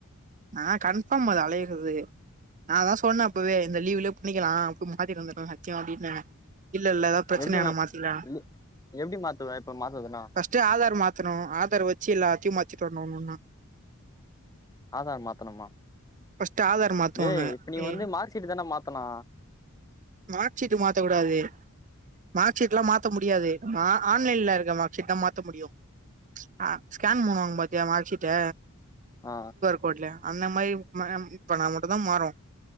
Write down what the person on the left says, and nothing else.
எப்டி
வை
இ எப்டி மாத்துவ இப்ப மாத்துவதுன்னா
ஆதார் மாத்தணுமா
டே இப்ப நீ
வந்து மார்க் ஷீட் தான்டா மாத்தணு
ஆ